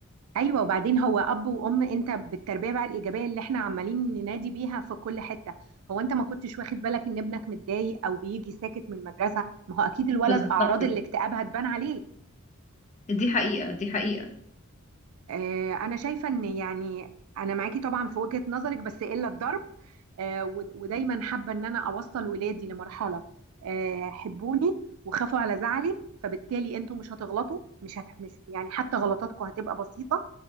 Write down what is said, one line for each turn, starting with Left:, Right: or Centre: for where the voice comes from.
Right: ايوه وبعدين هو اب وام انت بالتربيه بقى الايجابيه اللي احنا عمالين ننادي بيها في كل حته هو انت ما كنتش واخد بالك ان ابنك متضايق او بيجي ساكت من المدرسه ما هو اكيد الولد
Left: بالظبط
Right: اعراض
Left: كده
Right: الاكتئاب هتبان عليه
Left: دي حقيقة دي حقيقة
Right: آه، انا شايفه ان يعني انا معاكي طبعا في وجهه نظرك بس الا الضرب آه، و- ودايما حابه ان انا اوصل ولادي لمرحله آه، حبوني وخافوا على زعلي فبالتالي انتوا مش هتغلطوا مش هت... مش يعني حتى غلطاتكم هتبقى بسيطه